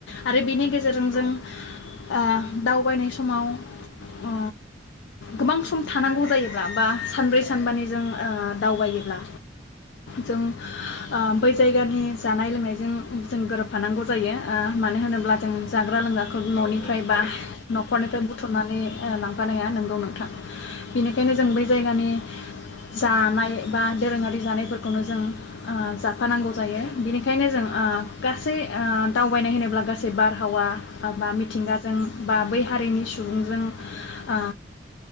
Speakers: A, on the left; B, on the left.
A: आरो बेनि गेजे रनों
B: औ
A: जों ओ दावबायनाय समाव ओ गोबां सम थानांगौ जायोब्ला बा सानब्रै सानबानि जों ओ दावबायोब्ला जों ओ बै जायगानि जानाय लोंनायजों जों गोरोबफानांगौ जायो ओ मानो होनोब्ला जों जा जाग्रा लोंग्राखौ
B: औ
A: न'निफ्राय
B: औ थारैनो
A: बा नखरनिफ्राय बुथुमनानै ओ लांफानो हाया नोंगौ नोंथां बेनिखायनो जों बै जायगानि जानाय बा दोरोङारि जानायफोरखौनो जों ओ जाफानांगौ जायो बिनिखायनो जों ओ गासै ओ दावबायनाय होनोब्ला गासै बारहावा बा मिथिंगाजों बा बै हारिनि सुबुंजों ओ